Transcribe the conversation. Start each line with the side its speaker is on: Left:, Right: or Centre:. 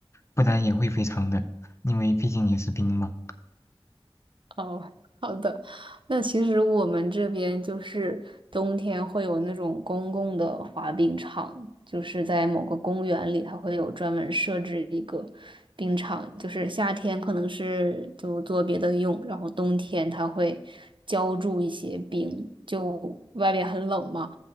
Left: 不然也会非常冷，因为毕竟也是冰嘛。
Right: 哦，好的。那其实我们这边就是冬天会有那种公共的滑冰场，就是在某个公园里，它会有专门设置一个冰场。就是夏天可能是就做别的用，然后冬天它会浇筑一些冰，就外边很冷嘛，